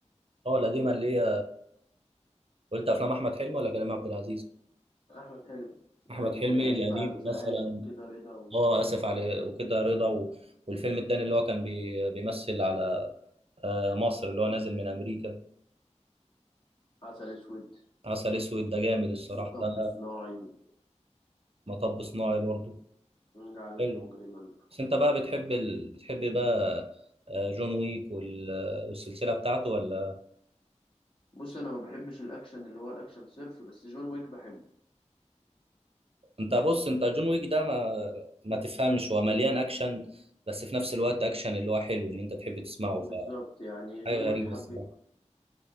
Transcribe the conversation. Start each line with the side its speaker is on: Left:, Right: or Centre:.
Right: اه القديمه اللي هي قلت افلام احمد حلمي ولا كريم عبد العزيز
Left: احمد حلمي يعني
Right: احمد حلمي
Left: اسف
Right: القديم
Left: على الازعاج
Right: مثلا
Left: كده رضا
Right: اه اسف على وكده رضا و... والفيلم التاني اللي هو كان بي... بيمثل على آه، مصر اللي هو نازل من امريكا
Left: وعسل اسود
Right: عسل اسود ده جامد الصراحه
Left: مطب
Right: ده
Left: صناعي
Right: مطب صناعي برضو
Left: جعلتني
Right: حلو
Left: مجرما
Right: بس انت بقى بتحب ال... بتحب بقى آه، جون ويك وال... والسلسله بتاعته ولا
Left: بص انا ما بحبش الاكشن اللي هو الاكشن صرف بس جون ويك بحبه
Right: انت بص انت جون ويك ده ما ما تفهمش هو مليان اكشن بس في نفس الوقت اكشن اللي هو حلو اللي انت تحب تسمعه
Left: بالظبط يعني جون
Right: فحاجه
Left: ويك
Right: غريبه
Left: حبيته
Right: الصراحه